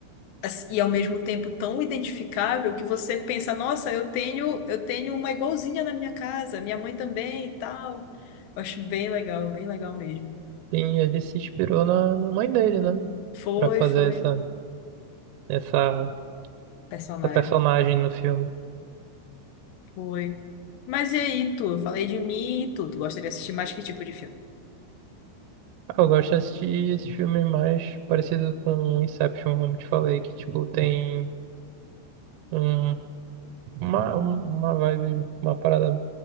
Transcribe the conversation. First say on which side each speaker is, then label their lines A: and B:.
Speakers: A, on the left; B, on the right.
A: ass- e ao mesmo tempo tão identificável que você pensa, nossa, eu tenho, eu tenho uma igualzinha na minha casa, minha mãe também e tal. Eu acho bem legal, bem legal mesmo.
B: Sim, ele se inspirou na, na mãe dele, né?
A: Foi,
B: Pra fazer
A: foi
B: essa, essa,
A: personagem.
B: essa personagem no filme.
A: Foi. Mas e aí, tu? Eu falei de mim e tu. Tu gostaria de assistir mais que tipo de filme?
B: Ah, eu gosto de assistir esses filmes mais parecidos com Inception, como te falei, que tipo tem um, uma, uma vibe, uma parada